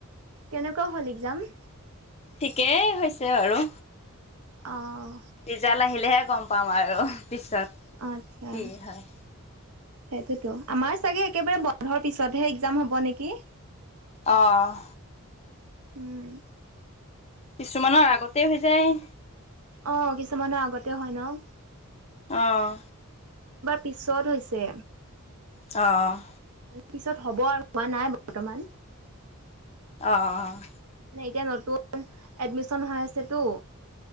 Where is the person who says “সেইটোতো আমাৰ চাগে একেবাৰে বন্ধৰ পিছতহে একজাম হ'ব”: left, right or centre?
Right